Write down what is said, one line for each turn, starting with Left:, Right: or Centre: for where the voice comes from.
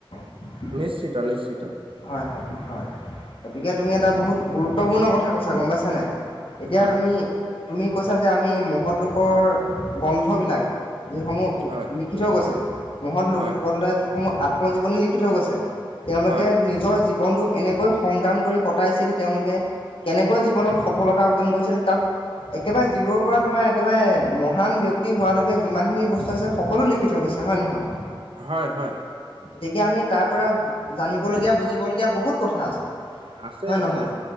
Left: <unintelligible>
Right: নিশ্চিত, নিশ্চিত।
Left: হয় হয় হয়। গতিকে তুমি এটা বহুত গুৰুত্বপূৰ্ণ কথা কৈছা, গম পাইছা নাই। এতিয়া
Right: হয়
Left: তুমি, তুমি কৈছা যে আমি মহৎ লোকৰ গ্ৰন্থবিলাক যিসমূহ
Right: হয়
Left: লিখি থৈ গৈছে। মহৎ লোকসকলে
Right: হয়
Left: যিসমূহ আত্মজীৱনী লিখি থৈ গৈছে তেওঁলোকে
Right: হয়
Left: নিজৰ জীৱনটো কেনেকৈ সংগ্ৰাম কৰি কটাইছিল তেওঁলোকে কেনেকৈ জীৱনত সফলতা অৰ্জন কৰিছিল তাত একেবাৰে জিও পৰা তোমাৰ একেবাৰে মহান ব্যক্তি হোৱালৈকে যিমান খিনি বস্তু আছে সকলো লিখি থৈ গৈছে। হয় নহয়?
Right: হয় হয়।
Left: গতিকে আমি তাৰ পৰা জানিবলগীয়া বুজিবলগীয়া বহুত কথা আছে।
Right: আছে
Left: হয়
Right: আছে
Left: নহয়,